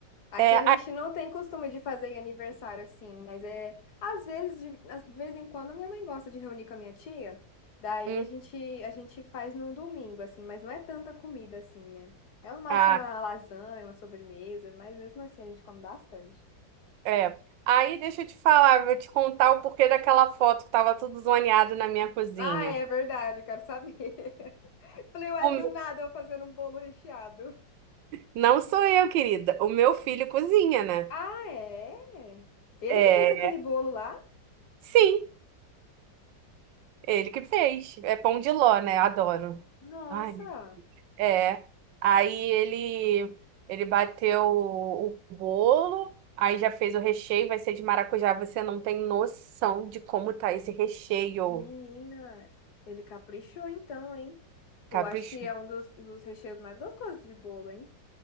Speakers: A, on the left; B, on the right.
A: Aqui
B: É,
A: a gente não tem costume de fazer aniversário assim, mas é. Às vezes, de, às- de vez em quando, minha mãe gosta de reunir com a minha tia. Daí
B: Hum,
A: a gente, a gente faz num domingo, assim, mas não é tanta comida assim, né? É no máximo
B: ah,
A: uma lasanha, uma sobremesa, mas mesmo assim a gente come bastante.
B: é. Aí deixa eu te falar, vou te contar o porquê daquela foto que tava tudo zoneado na minha cozinha.
A: Ah, é verdade, eu quero saber. <laughs> Falei, ué,
B: O
A: do
B: meu-
A: nada eu fazendo um bolo recheado.
B: Não sou eu, querida. O meu filho cozinha, né?
A: Ah, é? Ele
B: É,
A: que fez aquele bolo lá?
B: Sim, ele que fez. É pão de ló, né? Adoro.
A: Nossa!
B: Ai, é. Aí ele ele bateu o o bolo, aí já fez o recheio, vai ser de maracujá. Você não tem noção de como tá esse recheio.
A: Menina, ele caprichou então, hein? Eu
B: Capricho.
A: acho que é um dos, dos recheios mais gostosos de bolo, hein?